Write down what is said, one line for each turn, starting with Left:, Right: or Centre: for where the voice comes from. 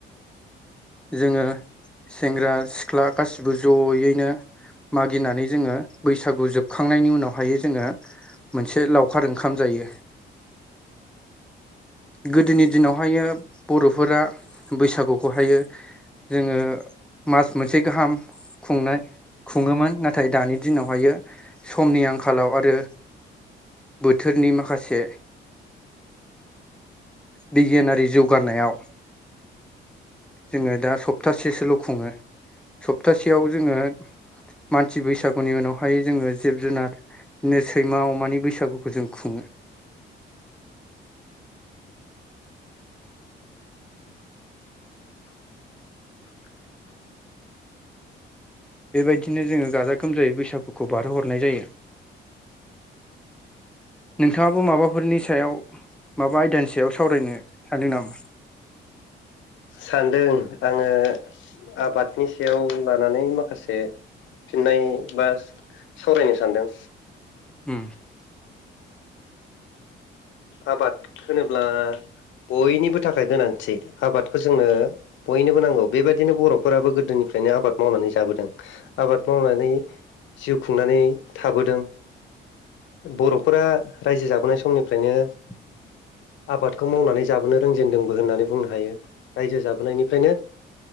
Centre: जोङो सेंग्रा सिख्ला गासिबो जयैनो मागिनानै जोङो बैसागु जोबखांनायनि उनावहाय जोङो मोनसे लाव लावखार ओंखाम जायो। गोदोनि दिनावहायो बर'फोरा बैसागुखौहायो। जोङो मास मोनसे गाहाम खुंनाय खुङोमोन नाथाय दानि दिनावहायो समनि आंखालाव आरो। बोथोरनि माखासे। बिगियानारि जौगानायाव जोङो दा सप्तासेसोल' खुङो सप्तासेयाव जोङो। मानसि बैसागुनि उनावहाय जोङो जिब जुनार। बिदिनो सैमा अमानि बैसागुखौ जों खुङो <inaudible>
Left: <inaudible>
Centre: बेबायदिनो जोङो गाजा गोमजायै बैसागुखौ बारहोहरनाय जायो नोंथाङाबो माबाफोरनि सायाव माबा आयदानि सायाव सावरायनो सानदों नामा
Left: सानदों आङो आबादनि सायाव लानानै माखासे फिननाय बा सावरायनो सानदों
Centre: उ
Left: आबाद होनोब्ला बयनिबो थाखाय गोनांथि आबादखौ जोंनो बयनिबो नांगौ बेबायदिनो बर'फोराबो गोदोनि फ्रायनो आबाद मावनानै जाबोदों आबाद मावनानै जिउ खुंनानै थाबोदों बर'फोरा रायजो जाबोनाय समनिफ्रायनो
Centre: <unintelligible>
Left: आबादखौ मावनानै जाबोनो रोंजेनदोंबो होननानै बुंनो हायो रायजो जाबोनायनिफ्रायनो